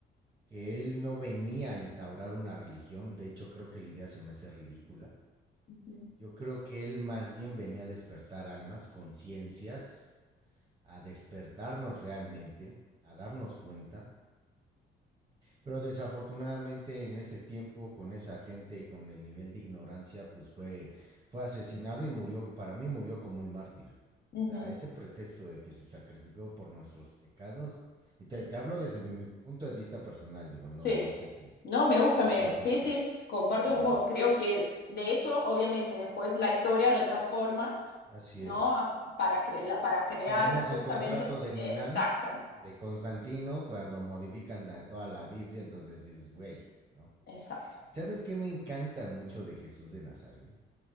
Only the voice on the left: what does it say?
Ujú,
ujú.
Sí,
no, me gusta,
me,
sí, sí, comparto
con vos. Creo que de eso, obviamente, después la historia lo transforma,
¿no?
A- Para, cre- la- para crear
justamente,
exactamente,
exacto.